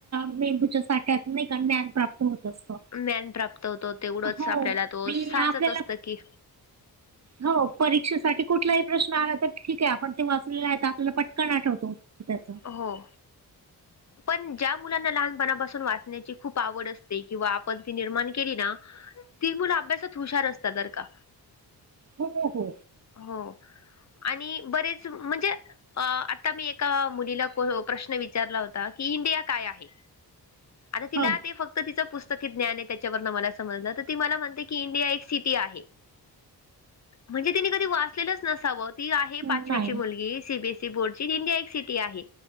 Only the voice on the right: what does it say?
मेंदूच्या साठ्यात ज्ञान प्राप्त होत. असतं.
हो
आणि
आपल्याला
हो परीक्षेसाठी कुठलाही प्रश्न आला तर ठीक आहे आपण ते वाचलेलं आहे आपल्याला पटकन आठवतो. त्याच.
हो हो.
हो.
नाही.